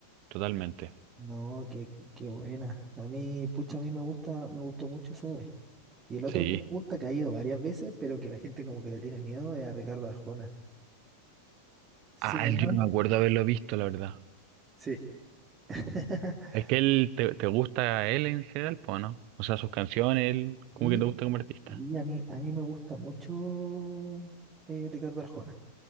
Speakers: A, on the right; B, on the right.
A: totalmente.
B: No, qué, qué buena. A mí, pucha, a mí me gusta, me gustó mucho, ¿sabes? Y el otro
A: Sí.
B: que me gusta, que ha ido varias veces, pero que la gente como que le tiene miedo, es a Ricardo Arjona. ¿Sí
A: Ah,
B: o
A: yo
B: no?
A: no me acuerdo haberlo visto, la verdad.
B: Sí. <laughs>
A: Es que él te, te gusta él en general, pues, ¿no? O sea, sus canciones, él, ¿cómo
B: y
A: que te gusta como artista?
B: y a mí, a mí me gusta mucho eh, Ricardo Arjona.